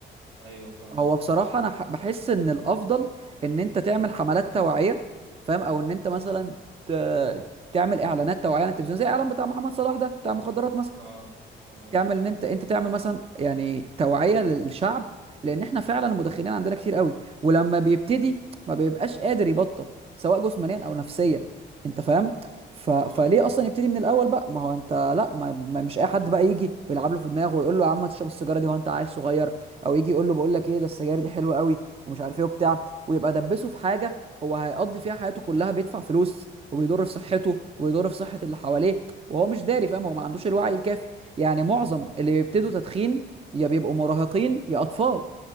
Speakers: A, on the right; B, on the right.
A: ايوه فاهمك
B: هو بصراحة أنا ح- بحس إن الأفضل إن أنت تعمل حملات توعية فاهم أو إن أنت مثلا ت... تعمل إعلانات توعية على التلفزيون زي الإعلان بتاع محمد صلاح ده بتاع مخدرات مثلا
A: اه اه
B: تعمل ان انت انت تعمل مثلا يعني توعيه للشعب لان احنا فعلا المدخنين عندنا كتير قوي ولما بيبتدي ما بيبقاش قادر يبطل سواء جسمانيا او نفسيا انت فاهم ف... فليه
A: اه
B: اصلا يبتدي من الاول بقى ما هو انت لا ما... ما مش اي حد بقى يجي ويلعب له في دماغه ويقول له يا عم تشرب السيجاره دي وانت عيل صغير او يجي يقول له بقول لك ايه ده السجاير دي حلوه قوي ومش عارف ايه وبتاع ويبقى دبسه في حاجه هو هيقضي فيها حياته كلها بيدفع فلوس وبيضر في صحته وبيضر في صحه اللي حواليه وهو مش داري فاهم هو ما عندوش الوعي الكافي يعني معظم اللي بيبتدوا تدخين يا بيبقوا مراهقين يا اطفال